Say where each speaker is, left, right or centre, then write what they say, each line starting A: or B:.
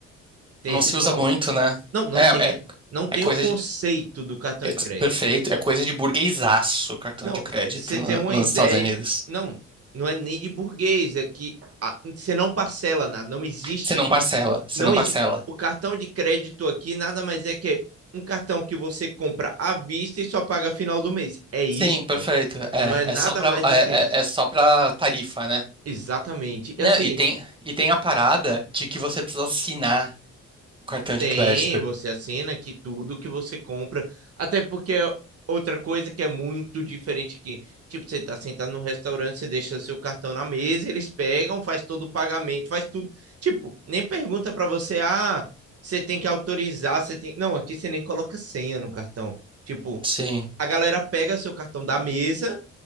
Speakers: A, on the right; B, on the right.
A: Tem
B: Não
A: esse
B: se
A: ponto.
B: usa muito, né?
A: Não, não
B: É,
A: tem.
B: é,
A: Não tem
B: é coisa
A: o conceito
B: de,
A: do cartão
B: é-
A: de crédito.
B: perfeito, é coisa de burguesaço, cartão
A: Não,
B: de crédito
A: você
B: no-
A: tem uma
B: nos
A: ideia.
B: Estados Unidos.
A: Não, não é nem de burguês. É que ah, você não parcela nada. Não existe
B: Você não parcela, você
A: Não
B: não parcela.
A: existe. O cartão de crédito aqui nada mais é que um cartão que você compra à vista e só paga final do mês. É isso.
B: Sim, perfeito. É,
A: Não é nada
B: é só pra,
A: mais do
B: é,
A: que isso.
B: é é só pra tarifa, né?
A: Exatamente. E
B: Não,
A: assim,
B: e tem, e tem a parada de que você precisa assinar o cartão
A: Tem,
B: de crédito.
A: você assina aqui tudo que você compra. Até porque é outra coisa que é muito diferente que, tipo, você tá sentado no restaurante, você deixa seu cartão na mesa, eles pegam, faz todo o pagamento, faz tudo. Tipo, nem pergunta para você, ah, você tem que autorizar, você tem. Não, aqui você nem coloca senha no cartão. Tipo,
B: Sim.
A: a galera pega seu cartão da mesa,